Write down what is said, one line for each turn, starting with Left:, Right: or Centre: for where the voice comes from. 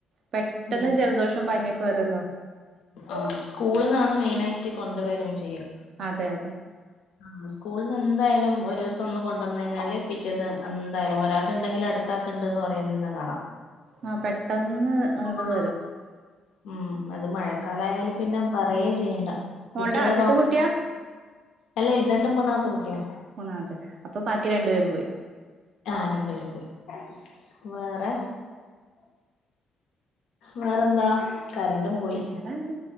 Right: പെട്ടെന്ന്
Left: ഫ്രീ
Right: ജലദോഷം പഞ്ഞൊക്കെ വരല്ലോ
Left: ആ സ്കൂളിൽ നിന്നാണ് മെയിന ആയിട്ട് കൊണ്ടുവരയും ചെയ്യും
Right: അതെ അതെ
Left: ആ സ്കൂളിൽന്ന് എന്തായാലും ഒരു ദിവസം ഒന്ന് കൊണ്ടുവന്നു കഴിാല് പിറ്റേത് എന്തായാലും ഒരാൾ ഉണ്ടെങ്കിൽ അടുത്ത് ത്താക്കണ്ട്ന്ന് പറയുന്ന കാണാം
Right: ആ പെട്ടെന്ന് അത്
Left: ആ
Right: വരും
Left: ഉം അത് മഴക്കാലായാലും പിന്നെ പറയേ ചെയ്യണ്ട
Right: മോളുടെ
Left: കുട്ടികുടെ
Right: ആദ്യത്തെ
Left: ഡോക്ടർ
Right: കുട്ടിയാ
Left: എല്ലാ ഇതന്റെ മൂന്നാമത്തെ കുട്ടിയാ
Right: മൂന്നാമത്തെ അപ്പൊ ബാക്കി രണ്ടുപേരും പോയി
Left: ആ രണ്ടുപേരും പോയി വേറെ വേറെന്താ കരണ്ടും പോയി
Right: നേരാണ്